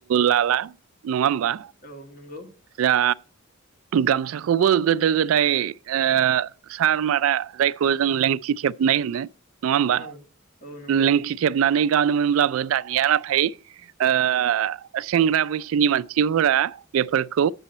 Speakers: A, on the right; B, on the left.
A: लाला । नङा होमबा
B: औ नंगौ
A: जा गामसाखौबो गोदो गोदाय ओ सार मारा जायखौ जों लेंथि थेबनाय होनो नङा होमबा
B: औ औ नंगौ
A: लेंथि थेबनानै गानोमोनब्लाबो दानिया नाथाय ओ सेंग्रा बैसोनि मानसिफोरा बेफोरखौ